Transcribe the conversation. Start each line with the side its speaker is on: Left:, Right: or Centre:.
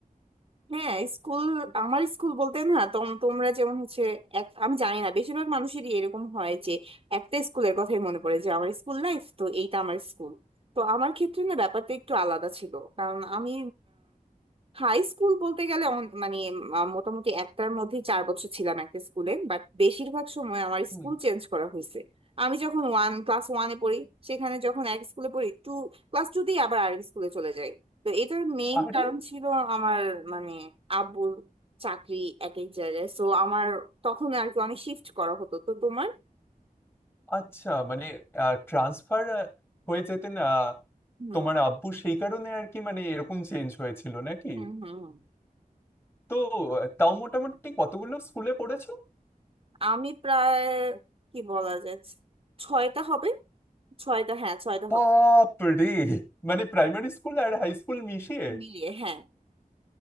Right: হ্যাঁ স্কুল আমার স্কুল বলতে না তোম তোমরা যেমন হচ্ছে এক- আমি জানি না বেশিরভাগ মানুষেরই এরকম হয় যে একটা স্কুলের কথাই মনে পড়ে যে আমার স্কুল লাইফ তো এইটা আমার স্কুল তো আমার ক্ষেত্রে না ব্যাপারটা একটু আলাদা ছিল কারণ আমি হাই স্কুল বলতে গেলে অন- মানে আহ, মোটামুটি একটার মধ্যে চার বছর ছিলাম একটা স্কুলে বাট বেশিরভাগ সময় আমার
Left: হুম,
Right: স্কুল চেঞ্জ করা হয়েছে আমি যখন ওয়ান ক্লাস ওয়ানে পড়ি সেখানে যখন এক স্কুলে পড়ি টু ক্লাস টু দিয়ে আবার আরেক স্কুলে চলে যাই তো এটার মেইন
Left: আরে
Right: কারণ ছিল আমার মানে আব্বুর চাকরি এক এক জায়গায় সো আমার তখন আর কি অনেক শিফট করা হতো তো তোমার
Left: আচ্ছা মানে ট্রান্সফার হয়ে যেতেন আহ,
Right: হুম
Left: তোমার আব্বু সেই কারণে আর কি মানে এরকম চেঞ্জ হয়েছিল নাকি
Right: হুম হুম হুম।
Left: তো আহ, তাও মোটামুটি কতগুলো স্কুলে পড়েছো
Right: আমি প্রায় কি বলা যায় ছয়টা হবে ছয়টা হ্যাঁ ছয়টা
Left: বাপ
Right: হবে
Left: রে মানে প্রাইমারি স্কুল আর হাই স্কুল মিশিয়ে
Right: মিলিয়ে হ্যাঁ